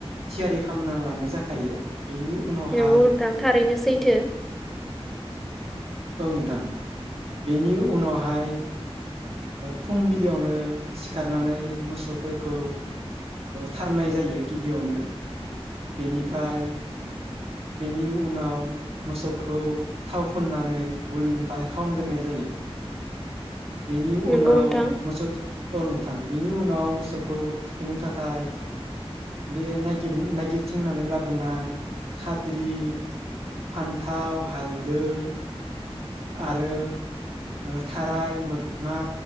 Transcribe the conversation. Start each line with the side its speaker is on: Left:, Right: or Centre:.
Right: थियारि खालामना लानाय जाखायो। बेनि उनावहाय
Centre: नोंगौ नोंथां थारैनो सैथो
Right: औ नोंथां बेनि उनावहाय फुंबिलियावनो सिखारनानै मोसौफोरखौ थारनाय जायो गिबियावनो बेनिफ्राय बेनि उनाव मोसौखौ थाव फुननानै गलिनिफ्राय खावनग्रोनाय जायो बेनि उनाव
Centre: नोंगौ नोंथां
Right: मोसौ अ नोथां बेनि उनाव मोसौखौ थुखैनो थाखाय बे नागिर नागिरथिंनानै लाबोनाय खाद्रि फान्थाव हालदै आरो थाराय मोखना